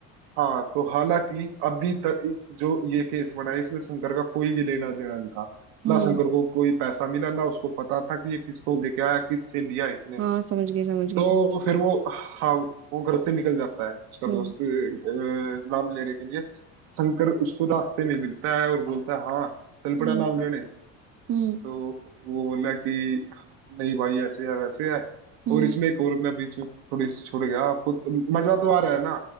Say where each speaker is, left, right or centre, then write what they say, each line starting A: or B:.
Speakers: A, on the right; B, on the right.
A: हाँ तो हालांकि अभी तक जो ये केस बना है इसमें शंकर का कोई भी लेना देना नहीं था
B: हम्म
A: ना शंकर को कोई पैसा मिला ना उसको पता था कि ये किसको दे के आया किससे लिया इसने
B: हाँ समझ गई समझ गई
A: तो फिर वो हाँ वो घर से निकल जाता है उसका
B: हम्म
A: दोस्त अ, नाम लेने के लिए शंकर उसको रास्ते में मिलता है और बोलता है हाँ चल
B: हम्म
A: पड़ा नाम लेने
B: हम्म
A: तो वो बोला कि नहीं भाई ऐसे है वैसे है
B: हम्म,
A: और इसमें एक और मैं बीच में थोड़ी सी छोड़ गया आपको मजा तो आ रहा है ना